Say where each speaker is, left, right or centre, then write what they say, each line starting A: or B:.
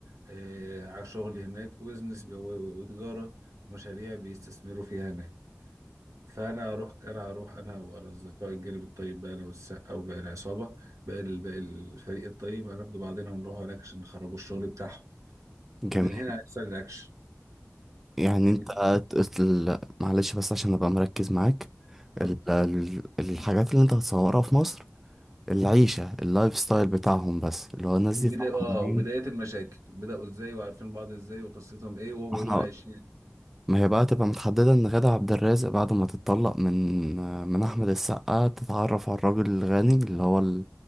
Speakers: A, on the right; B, in the centre.
A: آه على شغل هناك وبزنس ب- و- وتجاره ومشاريع بيستثمروا فيها هناك فانا هروح انا هروح انا وانا اصدقائي الجانب الطيب بقى انا والسقا وباقي العصابه باقي ال- باقي الفريق الطيب هناخدوا بعضنا ونروح هناك عشان نخربوا الشغل بتاعهم
B: جميل
A: ومن هنا هيحصل الاكشن
B: يعني
A: إن-
B: انت قلت ال- معلش بس عشان ابقى مركز معاك
A: طب
B: ال- ال- الحاجات اللي انت هتصورها في مصر العيشة اللايف ستايل بتاعهم بس اللي هو الناس
A: وبداية
B: دي طبعا
A: اه
B: مين؟
A: وبداية المشاكل بدأوا ازاي وعارفين بعض ازاي وقصتهم ايه وهو
B: ما احنا
A: دول عايشين
B: ما هي بقى تبقى متحددة ان غادة عبد الرازق بعد ما تتطلق من من أحمد السقا تتعرف على الراجل الغني اللي هو ال-